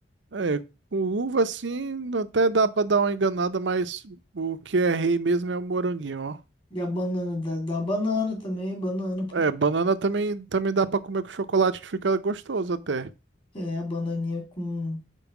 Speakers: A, on the right; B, on the left.
A: É, com uva, assim, até dá pra dar uma enganada, mas o que é rei mesmo é o moranguinho, ó.
B: E a banana, dá, dá uma banana também, banana, pô.
A: É, banana também, também dá pra comer com chocolate, que fica gostoso até.
B: É, a bananinha com,